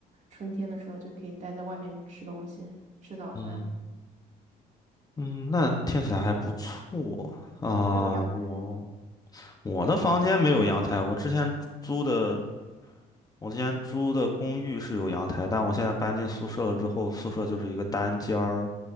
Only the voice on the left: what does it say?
嗯嗯，那听起来还不错啊。
我我的房间没有阳台，我之前租的我之前租的公寓是有阳台，但我现在搬进宿舍了之后，宿舍就是一个单间儿